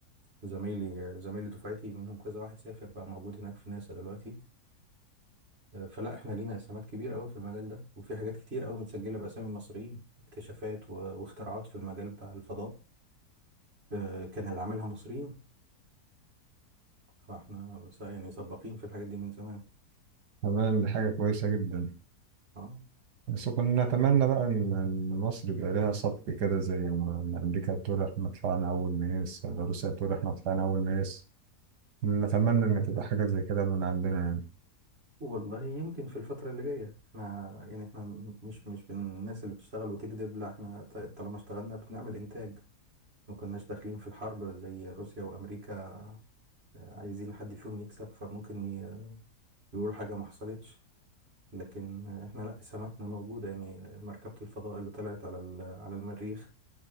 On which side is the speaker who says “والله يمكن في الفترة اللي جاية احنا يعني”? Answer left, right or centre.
Right